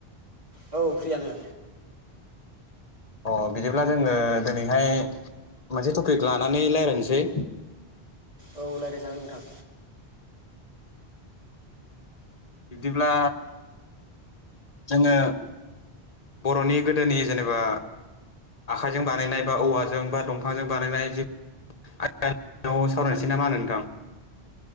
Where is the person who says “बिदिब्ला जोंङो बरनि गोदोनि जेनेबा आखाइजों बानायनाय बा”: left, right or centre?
Left